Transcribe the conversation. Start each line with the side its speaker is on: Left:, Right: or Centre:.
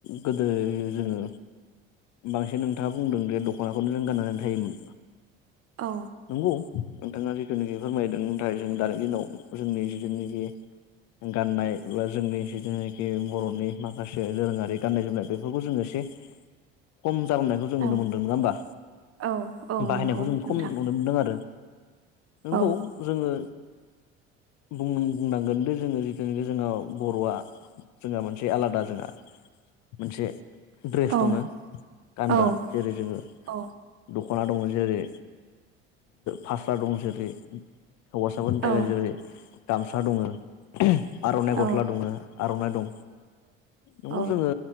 Left: गोदो जोङो बांसिन नोंथाङा बुंदों जे दख'नाखौनो जों गाननानै थायोमोन।
Right: औ
Left: नंगौ नोंथाङा जिथुनिखि फोरमायदों नाथाय जों दानि दिनाव जोंनि जोंनि बे गाननाय बा जोंनि जिथुनाखि बर'नि माखासे दोरोङारि गाननाय जोमनाय बेफोरखौ जोङो खि खम जालांनायखौ जों नुनो
Right: औ
Left: मोन्दों नङा होमबा
Right: औ औ
Left: बाहायनायखौ
Right: नंगौ
Left: जों
Right: नोंथां
Left: खम नुनो मोन्दों आरो नंगौ
Right: औ
Left: जोङो बुंनो बुंनांगोन दि जोङो जिथुनाखि जोंङो बर'आ जोंहा मोनसे आलादा जोंहा मोनसे ढ्रेस
Right: औ
Left: दङो गानग्रा
Right: औ
Left: जेरै जोङो
Right: औ
Left: द ख'ना दङ जेरै फास्रा दं जेरै हौवासाफोरनि थाखाय
Right: औ
Left: जेरै गामसा दङो आर'नाइ
Right: औ
Left: गस्ला दङो। आर'नाइ दं नंगौ
Right: औ
Left: जोङो